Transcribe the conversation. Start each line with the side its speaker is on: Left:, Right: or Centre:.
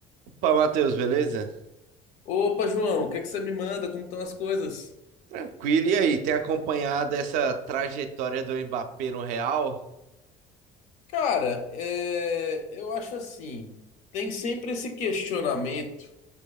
Right: Opa, Matheus, beleza?
Left: Opa, João, o que é que você me manda? Como estão as coisas?
Right: Tranquilo. E aí, tem acompanhado essa trajetória do Mbappé no Real?
Left: Cara, é, eu acho assim, tem sempre esse questionamento